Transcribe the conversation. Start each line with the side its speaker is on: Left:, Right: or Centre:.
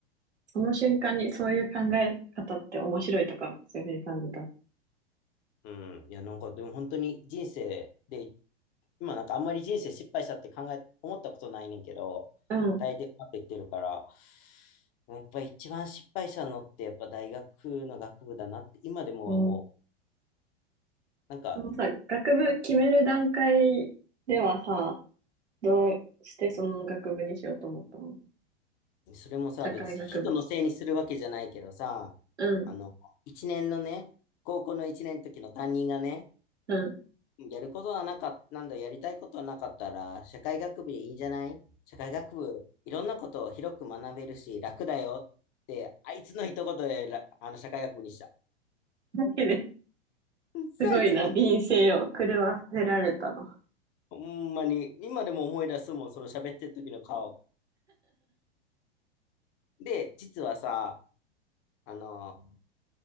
Right: その瞬間にそういう考え方って面白いとか、そういうふうに感じた。
Left: うん。いや、なんかでも本当に人生で、今なんかあんまり人生失敗したって考え、思ったことないねんけど、
Right: うん、
Left: 大抵うまくいってるから、やっぱ一番失敗したのってやっぱ大学の学部だなって、今でももう、
Right: うん。
Left: なんか
Right: そのさ、学部決める段階ではさ、どうしてその学部にしようと思ったの
Left: それもさ、
Right: 社会学部。
Left: 別に人のせいにするわけじゃないけどさ、
Right: うん、
Left: あの、一年のね、高校の一年の時の担任がね、
Right: うん。
Left: やることはなかった、なんだ、やりたいことはなかったら、社会学部でいいんじゃない社会学部、いろんなことを広く学べるし、楽だよって、あいつの一言で、らあの、社会学部にした。
Right: だけど
Left: さあいつの、
Right: すごいな、人生を狂わせられたな。
Left: ほんまに、今でも思い出すもん、その喋ってる時の顔。で、実はさ、あの、